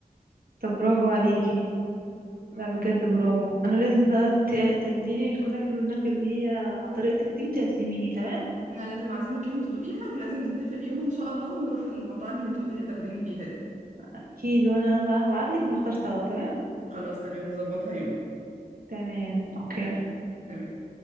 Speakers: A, on the right; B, on the right.
A: طب برافو عليكي
B: آه.
A: لا بجد برافو انا لازم بقى ت- تعملي لي الكنافه بالمانجا اللي هي على طريقتك دي وتعزميني تمام
B: انا لازم اعزمك يوم تدوقيها ولازم نتفق يوم ان شاء الله ونروح المطاعم اللي انت قلت لي هتاخديني فيها دي
A: اكيد وانا بقى هبعتلك نختار سوا تمام
B: خلاص تمام نظبطها يوم
A: تمام اوكي
B: تمام تمام